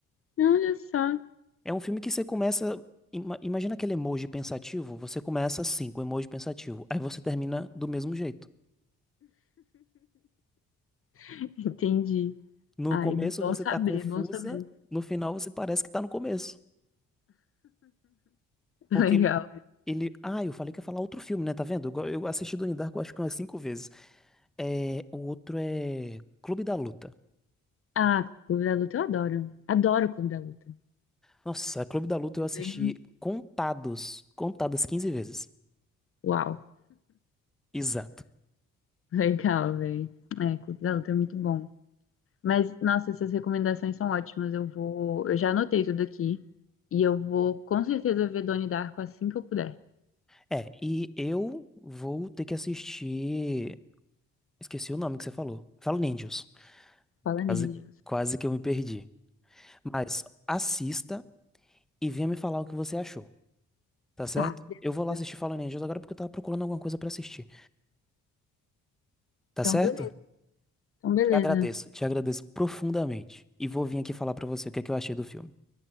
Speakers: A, on the left; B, in the centre.
A: Olha só.
B: É um filme que você começa. ima- Imagina aquele emoji pensativo. Você começa assim, com o emoji pensativo. Aí você termina do mesmo jeito.
A: <laughs> Entendi.
B: No
A: Ai,
B: começo
A: bom
B: você
A: saber,
B: tá confusa,
A: bom saber.
B: no final você parece que tá no começo.
A: <laughs>
B: Porque
A: Legal.
B: ele. Ele. Ah, eu falei que ia falar outro filme, né? Tá vendo? Eu, go- eu assisti Donnie Darko acho que umas cinco vezes. É, o outro é Clube da Luta.
A: Ah, Clube da Luta eu adoro. Adoro o Clube da Luta.
B: Nossa, Clube da Luta eu
A: É
B: assisti
A: bem.
B: contados, contadas 15 vezes.
A: Uau,
B: Exato.
A: <laughs> legal, velho. É, Clube da Luta é muito bom. Mas, nossa, essas recomendações são ótimas. Eu vou, eu já anotei tudo aqui e eu vou com certeza ver Donnie Darko assim que eu puder.
B: É, e eu vou ter que assistir. Esqueci o nome que você falou. Fala Ninjas.
A: Fala Angels.
B: Quase, quase que eu me perdi. Mas assista e venha me falar o que você achou, tá certo?
A: Tá, beleza.
B: Eu vou lá assistir Fallen Angels agora porque eu tava procurando alguma coisa pra assistir, tá
A: Então,
B: certo?
A: beleza. Então, beleza.
B: Te agradeço, te agradeço profundamente. E vou vir aqui falar pra você o que é que eu achei do filme.